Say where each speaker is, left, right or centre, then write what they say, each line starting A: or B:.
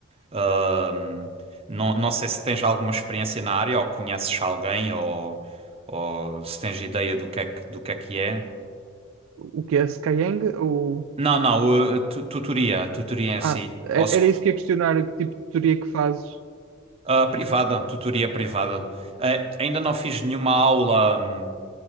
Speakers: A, on the right; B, on the right.
A: Ahm, Não, não sei se tens alguma experiência na área ou conheces alguém ou, ou se tens ideia do que é que, do que é que é.
B: O que é Skyeng? O...
A: Não, não, uh, tu- tutoria, tutoria em
B: Ah,
A: si,
B: era
A: ou, sec-
B: era isso que ia questionar, que tipo de teoria que fazes?
A: uh, privada, tutoria privada. Eh, ainda não fiz nenhuma aula, hum,